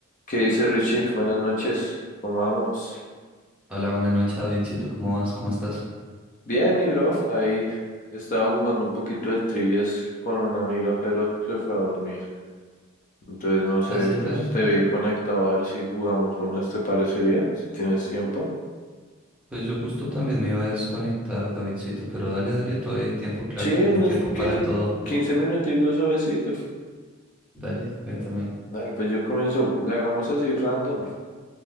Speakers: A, on the left; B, in the centre.
A: ¿Qué dice Richie? Buenas noches, ¿cómo vamos?
B: Hola, buenas noches, Davidcito. ¿Cómo vas? ¿Cómo estás?
A: Bien, mi bro, ahí estaba jugando un poquito de trivias con una amiga, pero se fue a dormir. Entonces, no sé,
B: Ah, sí,
A: pues
B: ya.
A: te
B: ya.
A: vi conectado a ver si jugamos unas, ¿te parecería? Si tienes tiempo.
B: Pues yo justo también me iba a desconectar, Davidcito, pero dale, dale, todavía hay tiempo, claro.
A: Sí, unos
B: Hay tiempo
A: que
B: para todo.
A: 15 minuticos suavecito.
B: Dale, cuéntame.
A: Dale, pues yo comienzo, le hagamos así random,